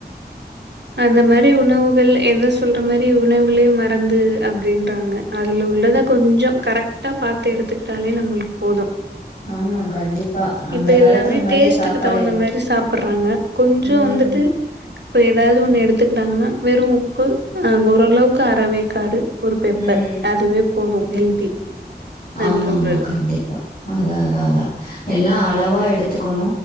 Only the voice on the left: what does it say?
ஆமா
ஆமா கண்டிப்பா. அந்த
காலத்துல
மாரியே
சாப்பாடு
ம்,
ம்.
ஆமா
ஆமா
கண்டிப்பா அதா அதா அதா எல்லா அளவா எடுத்துக்கனு